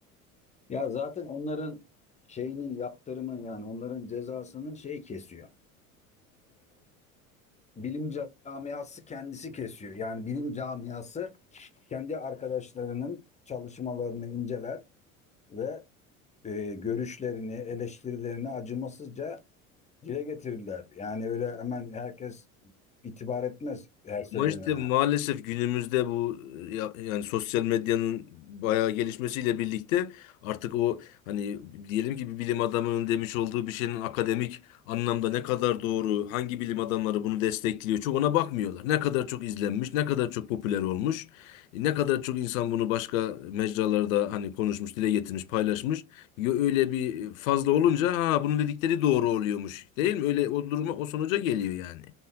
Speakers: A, on the left; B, on the left.
A: ya zaten onların şeyinin yaptırımı yani onların cezasının şey kesiyor. bilim camiası kendisi kesiyor. Yani bilim camiası kendi arkadaşlarının çalışmalarını inceler ve e, görüşlerini, eleştirilerini acımasızca dile getirirler. Yani öyle hemen herkes itibar etmez her söylenene.
B: Ama işte maalesef günümüzde bu e, ya- yani sosyal medyanın bayağı gelişmesiyle birlikte artık o hani diyelim ki bir bilim adamının demiş olduğu bir şeyin akademik anlamda ne kadar doğru, hangi bilim adamları bunu destekliyor çok ona bakmıyorlar. Ne kadar çok izlenmiş, ne kadar çok popüler olmuş, e, ne kadar çok insan bunu başka mecralarda hani konuşmuş, dile getirmiş, paylaşmış. Yo- Öyle bir fazla olunca ha bunun dedikleri doğru oluyormuş değil mi? Öyle o duruma o sonuca geliyor yani.